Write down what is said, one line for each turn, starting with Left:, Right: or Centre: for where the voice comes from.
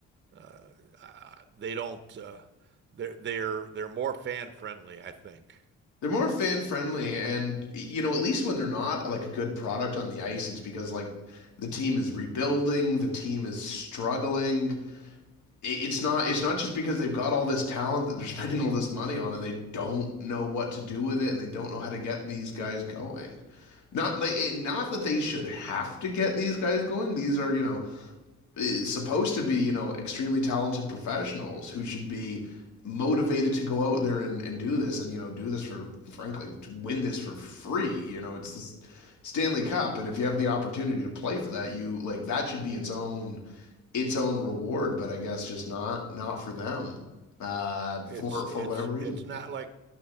Right: uh, they don't Uh, they're they're they're more fan friendly. I think
Left: They're more fan friendly and you know, at least when they're not like a good product on the ice, it's because like the team is rebuilding, the team is struggling. it's not it's not just because they've got all this talent that they're <laughs> spending all this money on and they don't know what to do with it and they don't know how to get these guys going. Not like not that they should have to get these guys going. These are, you know, eh, supposed to be, you know, extremely talented professionals who should be motivated to go out there and, and do this and, you know, do this for, frankly, win this for free. You know, it's this Stanley Cup. And if you have the opportunity to play for that, you like that should be its own its own reward, but I guess just not not for them. Uh, for
Right: it's
Left: for
Right: it's
Left: whatever reason.
Right: it's not like